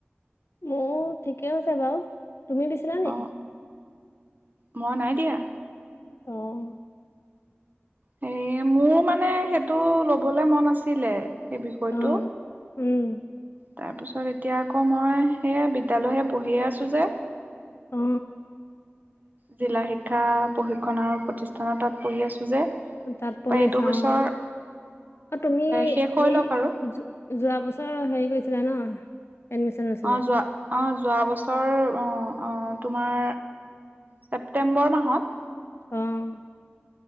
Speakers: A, on the left (about 70°); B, on the right (about 40°).
A: মোৰ ঠিকেই হৈছে বাৰু তুমি দিছিলা নি
B: অ মই নাই দিয়া
A: অ'
B: হে মোৰ মানে সেইটো লবলে মন আছিলে সেই বিষয়টো
A: অ উম
B: তাৰ পিছত এতিয়া আকৌ মই সেয়া বিদ্যালয়হে পঢ়িয়ে আছো যে
A: অ
B: জিলা শিক্ষা প্ৰশিক্ষন আৰু প্ৰতিষ্ঠানৰ তাত পঢ়ি আছো। যে
A: তাত পঢ়ি
B: এইটো
A: আছা
B: বছৰ
A: অ', অ তুমি
B: শেষ হৈ
A: হে
B: লওক আৰু।
A: যোৱা বছৰ হেৰি কৰিছা। কৰিছিলা ন এডমিচন লৈ ছিলা।
B: অ যোৱা অ যোৱা বছৰ অ তোমাৰ ছেপটেম্বৰ মাহত
A: অ',